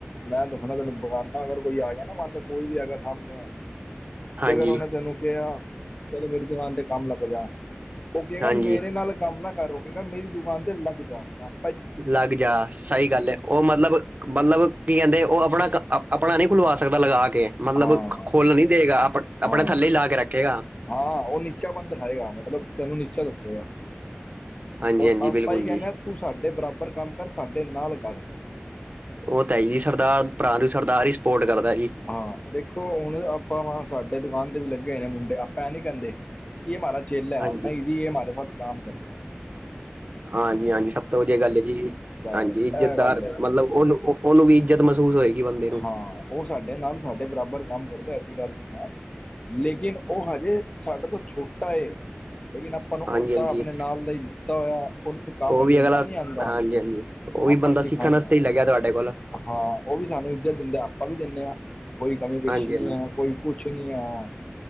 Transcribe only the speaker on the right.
ਹਾਂਜੀ
ਹਾਂਜੀ
ਲਗ ਜਾ ਸਹੀ ਗੱਲ ਹੈ ਉਹ ਮਤਲਬ ਮਤਲਬ ਕੀ ਕਹਿੰਦੇ ਉਹ ਆਪਣਾ ਕ, ਆਪਣਾ ਨਹੀਂ ਖੁਲਵਾ ਸਕਦਾ ਲਗਾ ਕੇ ਕੇ ਮਤਲਬ
ਖੋਲਣ ਨੀ ਦੇਗਾ ਆਪਣਾ, ਆਪਣੇ
ਥੱਲੇ ਲਾ ਕੇ ਰੱਖੇਗਾ
ਹਾਂਜੀ
ਹਾਂਜੀ
ਬਿਲਕੁਲ
ਜੀ
ਉਹ ਤਾਂ ਹੈ ਜੀ ਸਰਦਾਰ ਭਰਾ ਨੂੰ ਸਰਦਾਰ ਹੀ ਸਪੋਰਟ ਕਰਦਾ ਹੈ ਜੀ
ਹਾਂਜੀ
ਹਾਂਜੀ -ਹਾਂਜੀ ਸਭ ਤੋਂ ਵਧੀਆ ਗਲ ਹੈ ਜੀ
ਹਾਂਜੀ ਇੱਜ਼ਤਦਾਰ
ਮਤਲਬ ਉਹਨੂੰ ਉਹਨੂੰ ਵੀ ਇੱਜ਼ਤ ਮਹਿਸੂਸ ਹੋਏਗੀ ਬੰਦੇ ਨੂੰ
ਹਾਂਜੀ
ਹਾਂਜੀ
ਉਹ
ਵੀ
ਅਗਲਾ
ਹਾਂਜੀ ਹਾਂਜੀ ਉਹ ਵੀ
ਬੰਦਾ
ਸਿੱਖਣ ਵਾਸਤੇ ਹੀ ਲੱਗਿਆ ਤੁਹਾਡੇ ਕੋਲ
ਹਾਂਜੀ
ਹਾਂਜੀ